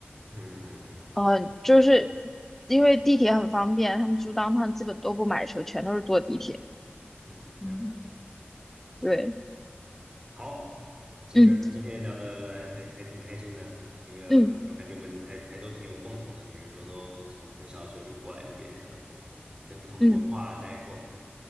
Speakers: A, on the right (about 20°); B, in the centre.
A: 嗯嗯嗯
B: 呃，就是因为地铁很方便，他们住当趟基本都不买车，全都是坐地铁。
A: 嗯，
B: 嗯，
A: 了解。
B: 对，
A: 好，这个今天聊的还还挺开心的。
B: 嗯
A: 那个我感觉我们还还都挺有共同的，
B: 嗯
A: 比如说都从很小的时候就过来这边，然后在不同的文化待过。
B: 嗯